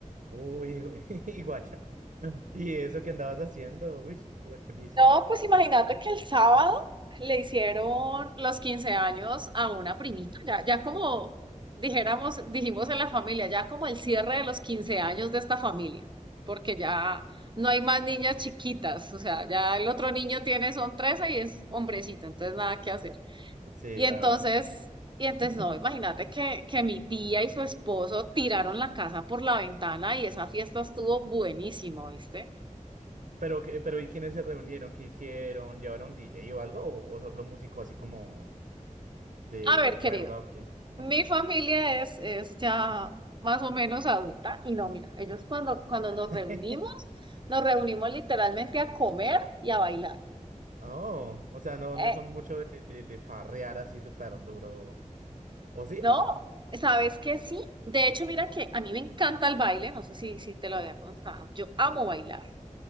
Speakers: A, on the right (about 90°); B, on the right (about 35°).
A: Uy, uy, <laughs> guaya. <laughs> ¿Y eso que andabas haciendo? Uy, la Juli, sí.
B: No, pues imagínate que el sábado le hicieron los 15 años a una primita, ya, ya como dijéramos, dijimos en la familia, ya como el cierre de los 15 años de esta familia, porque ya no hay más niñas chiquitas, o sea, ya el otro niño tiene, son 13 y es hombrecito, entonces nada que hacer.
A: Ujú. Sí,
B: Y entonces,
A: ay.
B: y entonces
A: <laughs>
B: no, imagínate que, que mi tía y su esposo tiraron la casa por la ventana y esa fiesta estuvo buenísimo ¿viste?
A: Pero, qué- pero ¿y quiénes se reunieron? ¿Qué hicieron? ¿Llevaron DJ o algo? ¿O, o solo músico así como de,
B: A
A: de
B: ver,
A: cuerda
B: querido,
A: o qué? Ujú.
B: mi familia es, es ya más o menos adulta y no, mira, ellos cuando, cuando nos
A: <laughs>
B: reunimos, nos reunimos literalmente a comer y a bailar.
A: Oh, o sea, no,
B: Eh,
A: no son mucho de, de, de farrear así súper duro. ¿O sí?
B: ¿no? ¿Sabes qué? Sí. De hecho, mira que a mí me encanta el baile, no sé si, si te lo había contado, yo amo bailar.